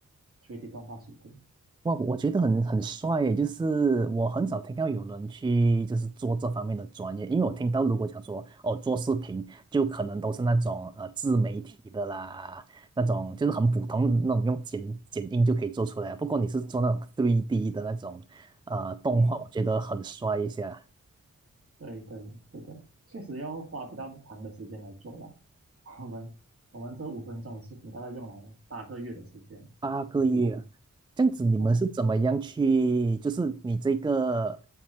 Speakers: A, on the right; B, on the right.
A: 3D 动画视频。
B: 哇，我觉得很很帅耶，就是我很少听到有人去就是做这方面的专业，因为我听到如果讲说哦做视频，就可能都是那种呃自媒体的啦，那种就是很普通的那种用剪剪映就可以做出来啊。不过你是做那种 3D 的那种呃动画，
A: 嗯，
B: 我觉得很帅一些。
A: 对对，是的，确实要花比较长的时间来做吧。<laughs> 我们我们这五分钟的视频大概用了八个月的时间来去玩。
B: 八个月啊，这样子你们是怎么样去？
A: 哦，
B: 就是你这个